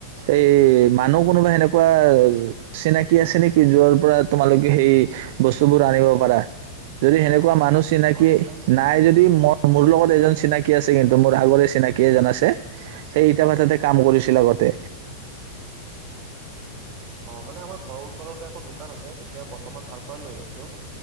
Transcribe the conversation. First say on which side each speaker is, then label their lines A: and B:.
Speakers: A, on the right; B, on the right.
A: এই মানুহ কোনোবা সেনেকুৱা চিনাকি আছে নেকি যৰ পৰা তোমালোকে সেই বস্তুবোৰ আনিব পাৰা? যদি সেনে কোৱা মানুহ চিনাকি
B: অচিনাকি
A: নাই যদি ম-মোৰ লগত এজন চিনাকি আছে কিন্তু মোৰ আগৰে চিনাকি এজন আছে সেই ইটা ভাটাতে কাম কৰি ইল আগতে
B: অহ, মানে আমাৰ ঘৰৰ ওচৰতে এখন দোকান আছে, এতিয়া বৰ্তমান তাৰ পৰা লৈ আছোঁ।